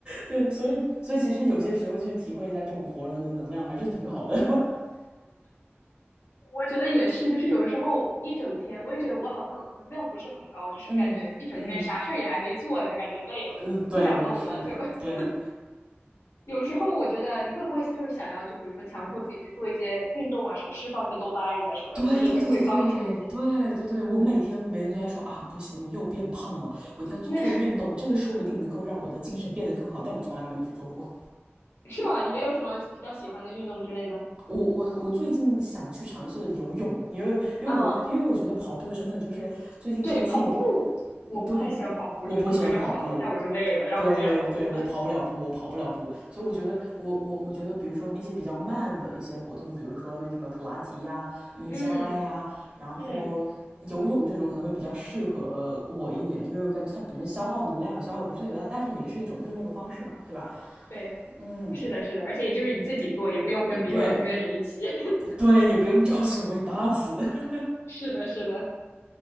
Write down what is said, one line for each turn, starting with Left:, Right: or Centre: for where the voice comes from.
Right: 对，所以所以其实有些时候去体会一下这种活人的能量还是挺好的。<laughs>
Left: <laughs> 我觉得也是，就是有时候一整天，我也觉得我好像能量不是很高，就是感觉一整天啥事儿也还没做呢，
Right: 嗯嗯
Left: 就感觉累了，
Right: 嗯，对，
Left: 不想动了，
Right: 我是的，
Left: 就 <laughs>。
Right: 对。
Left: 有时候我觉得你会不会就是想要，就比如说强迫自己去做一些运动啊，什么释放一下多巴胺，人家说就是会帮助你。
Right: 对对对对对对对对，我每天我每天都在说啊，不行，我又变胖了，
Left: <laughs>
Right: 我一定要去做运动，
Left: 那
Right: 这个说不定能够让我的精神变得更好，但我从来没有去做过。
Left: 是吧？你没有什么比较喜欢的运动之类的？
Right: 我我我最近想去尝试游泳，因为因为我因为我觉得跑步真的就是最近天气，
Left: 嗯，对，跑步我不太喜欢跑步，
Right: 对，我不喜欢跑步，
Left: 真的，我感觉我跑一下我就累了，然后我就要走路了。
Right: 对对，我跑不了步，我跑不了步，所以我觉得，我我我觉得，比如说一些比较慢的一些活动，比如说那什么普拉提呀、瑜伽呀，
Left: <laughs> 嗯
Right: 然后游泳这种可能会比较适合我一点，
Left: 嗯，
Right: 因为我感觉它本身消耗能量也消耗不是特别大，但是也是一种运动的方式嘛，对吧？
Left: 对，
Right: 嗯，
Left: 是的，是的，而且也就是你自己做，也不用跟别人约着一起。
Right: 对
Left: <laughs>
Right: 对，也不用找所谓搭子。<laughs>
Left: 是的，是的，